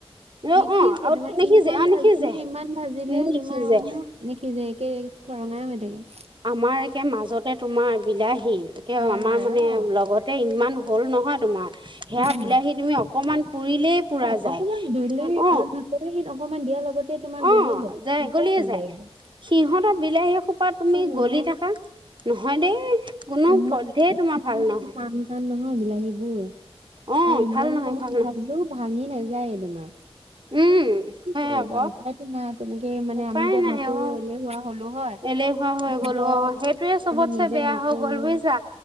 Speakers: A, on the right; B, on the right.
A: আৰু
B: নিখিজে
A: অ আৰু
B: তোমাৰ
A: নিসিজে
B: ইমান
A: অ নিসিজে
B: ভাজিলে ইমান ভাজিলেও
A: নিসিজে
B: তোমাৰ উহো নিখিজেই একেই থৰঙাই হৈ থাকে
A: আমাৰ একে মাজতে তোমাৰ বিলাহী একে আমাৰ
B: হয় হয়
A: মানে
B: অ'
A: লগতে ইমান হল নহয় তোমাৰ সেয়া
B: উম
A: বিলাহী তুমি অকমান পুৰিলেই পুৰা
B: অ'
A: যায়
B: অকমান দিলেই আৰু
A: অ
B: নহ'লে সেই অকমান দিয়া লগতে তোমাৰ
A: অ
B: গলি য,
A: যায়
B: তেতিয়া
A: গলিয়ে
B: হৈ যায় গে
A: সিহঁতৰ বিলাহী সোপাত তুমি
B: নাই
A: গলি থাকা নহয় দেই কোনো
B: ইমান
A: পধ্যেই
B: ইমান
A: তোমাৰ ভাল নহয়
B: টান টান নহয় বিলাহীবোৰ
A: অ
B: আৰু ইমান
A: ভাল নহয়
B: সময়ত
A: ভাল নহয়
B: ভাজো ভাঙি নাযায়ে তোমাৰ কি
A: উম হয়
B: কৰিবা
A: আকৌ
B: উপায়তো নাই তেনেকে মানে
A: উপায়
B: আমি এতিয়া
A: নাই
B: নকৰো
A: অ
B: এলেহুৱা হলো হয়
A: এলেহুৱা হৈ
B: নিজৰ
A: গ'ল অ সেইটোয়ে চবতছে
B: আমি নিজে
A: বেয়া
B: নকৰো
A: হৈ গ'ল বুজিছা